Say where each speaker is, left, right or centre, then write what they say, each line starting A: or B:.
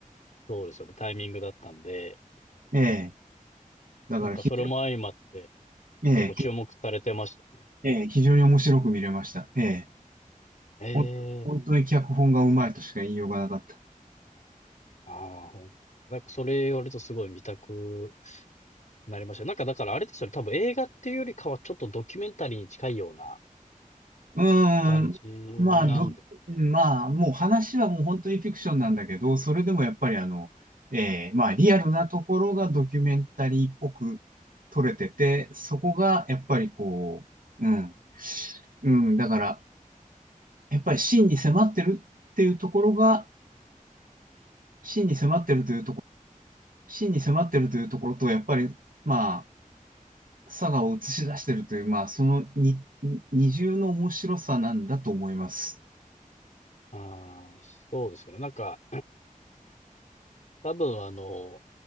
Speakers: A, on the left; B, on the right.
A: そうですよね、タイミングだったんで、
B: ええ、だから非常
A: なんかそれも相まって
B: に、
A: 結構注目されてましたよね。
B: ええ、ひええ、非常に面白く見れました。ええ、
A: ええ
B: ほん本当に脚本がうまいとしか言いようがなかった。
A: ああ、本当ですか。なんかそれ言われるとすごい見たくなりましたよ。なんかだからあれですよね、多分映画っていうよりかはちょっとドキュメンタリーに近いような
B: うーん。
A: 感じなんです。
B: まあ、ど、まあ、もう話はもう本当にフィクションなんだけど、それでもやっぱりあの、えーまあ、リアルなところがドキュメンタリーっぽく撮れてて、そこがやっぱりこう、うん。うん、だから、やっぱり真に迫ってるっていうところが、真に迫ってるというところ、真に迫ってるというところと、やっぱり、まあ、佐賀を映し出してるという、まあ、その二、二重の面白さなんだと思います。
A: ああ、そうですよね。なんか、多分あの、